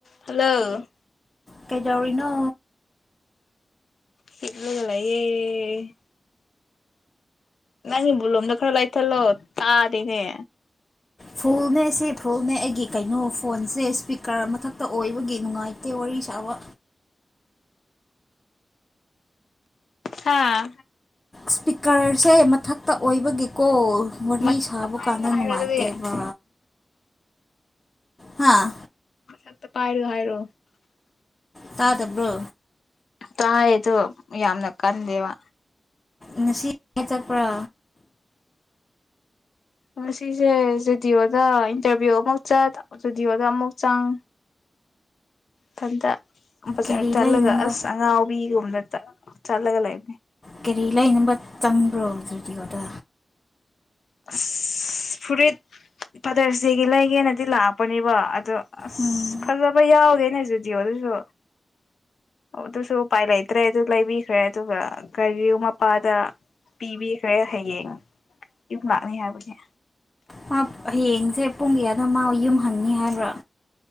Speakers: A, on the left (about 80°); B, on the left (about 20°).
A: hello
B: ꯀꯖꯧꯔꯤꯅꯣ
A: ꯁꯤꯠꯂꯒꯂꯌꯦ ꯅꯪ ꯚꯣꯂꯨꯝꯗꯣ ꯈꯔ ꯂꯥꯛ ꯊꯂꯣ ꯇꯥꯗꯤꯅꯦ
B: ꯐꯨꯜ ꯅꯦꯁꯤ ꯐꯨꯜ ꯑꯩꯒꯤ ꯀꯩꯅꯣ ꯐꯣꯟꯁꯦ ꯏꯁꯄꯤꯀꯔ ꯃꯊꯛꯇ ꯑꯣꯏꯕꯒꯤ ꯅꯨꯡꯉꯥꯏꯇꯦ ꯋꯥꯔꯤ ꯁꯥꯕ
A: ꯍꯥꯥ
B: ꯁ꯭ꯄꯤꯀꯔꯁꯦ ꯃꯊꯛꯇ ꯑꯣꯏꯕꯒꯤꯀꯣ ꯋꯥꯔꯤ
A: ꯃꯊꯛꯇ
B: ꯁꯥꯕ
A: ꯄꯥꯏꯔꯒ
B: ꯀꯥꯟꯗ ꯅꯨꯡꯉꯥꯏꯇꯦꯕ
A: ꯍꯥꯏꯔꯣ ꯑꯗꯨꯗꯤ
B: ꯍꯥꯥ
A: ꯃꯠꯇ ꯄꯥꯏꯔ ꯍꯥꯏꯔꯣ
B: ꯇꯥꯗꯕ꯭ꯔꯣ
A: ꯇꯥꯏꯗꯨ ꯌꯥꯝꯅ ꯀꯟꯗꯦꯕ
B: ꯉꯁꯤꯉ ꯆꯠꯄ꯭ꯔꯥ
A: ꯉꯁꯤꯁꯦ ꯖꯨ ꯗꯤꯑꯣꯗ ꯏꯟꯇꯔꯚꯤꯌꯨ ꯑꯃꯨꯛ ꯆꯠ ꯖꯨꯗꯤꯑꯣꯗ ꯑꯃꯨꯛ ꯆꯪ ꯐꯟꯗ ꯕꯖꯥꯔ
B: ꯀꯔꯤ
A: ꯆꯠꯂꯒ
B: ꯂꯩꯅꯕ
A: ꯑꯁ ꯑꯉꯥꯎꯕꯤꯒꯨꯝꯅ ꯆ ꯆꯠꯂꯒ ꯂꯩ
B: ꯀꯔꯤ ꯂꯩꯅꯝꯕ ꯇꯝ ꯊ꯭ꯔꯣ ꯇ꯭ꯔꯤꯇꯤꯒꯣꯗ
A: ꯑꯁ ꯐꯨꯔꯤꯠ ꯄꯗꯔꯆꯦꯒꯤ ꯂꯩꯒꯦꯅꯗꯤ ꯂꯥꯛꯄꯅꯦꯕ ꯑꯗꯣ ꯑꯁ
B: ꯎꯝ
A: ꯐꯖꯕ ꯌꯥꯎꯗꯦꯅꯦ ꯑꯗꯨꯗꯤ ꯑꯗꯨꯁꯨ ꯑꯗꯨꯁꯨ ꯎꯄꯥꯏ ꯂꯩꯇ꯭ꯔꯦ ꯑꯗꯨ ꯂꯩꯕꯤꯈ꯭ꯔꯦ ꯑꯗꯨꯒ ꯀꯔꯤ ꯃꯄꯥꯗ ꯄꯤꯕꯤꯈ꯭ꯔꯦ ꯍꯌꯦꯡ ꯏ ꯂꯥꯛꯃꯦ ꯍꯥꯏꯕꯅꯦ
B: ꯃꯥ ꯍꯌꯦꯡꯁꯦ ꯄꯨꯡ ꯀꯌꯥꯗ ꯃꯥ ꯌꯨꯝꯍꯟꯅꯤ ꯍꯥꯏꯕ꯭ꯔꯥ